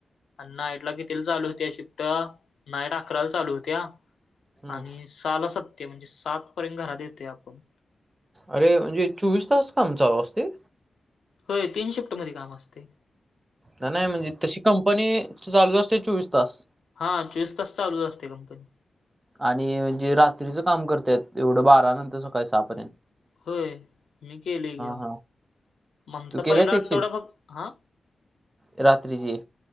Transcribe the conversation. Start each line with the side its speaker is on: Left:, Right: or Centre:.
Left: आण नाईट ला कितीला चालू होतेया शिफ्ट नाईट अकराला चालू होत्या.
Right: हम्म
Left: आणि सहाला सपते म्हणजे सात पर्यंत घरात येतोय आपण.
Right: अरे म्हणजे चोवीस तास काम चालू असतेय?
Left: होय तीन शिफ्ट मध्ये काम असतय.
Right: नाही म्हणजे तशी कंपनी चालूच असते चोवीस तास?
Left: हा चोवीस तास चालूच असते कंपनी.
Right: आणि जे रात्रीचं काम करत्यात एवढ बारानंतर सकाळी सहा पर्यंत?
Left: होय मी केलं की भा
Right: हां.
Left: आमचा
Right: तू केलंस
Left: पहिला आठवडा
Right: एक शिफ्ट
Left: फक्त आं?
Right: रात्रीची?